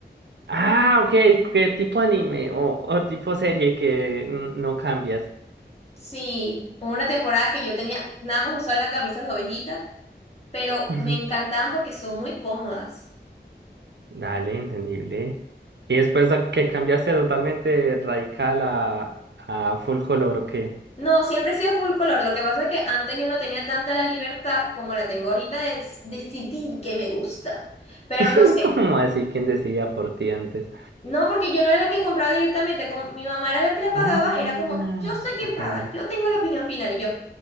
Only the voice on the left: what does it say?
Sí, hubo una temporada que yo tenía nada más usaba las camisas de ovejita, pero
me encantaban porque son muy cómodas.
No, siempre he sido full color. Lo que pasa es que antes yo no tenía tanta la libertad como la tengo ahorita de s- decidir qué me gusta. Pero
no sé.
No, porque yo no era la que compraba directamente. Como mi mamá era la que le pagaba,
era como, yo sé quién
paga,
yo tengo la opinión final. Y yo,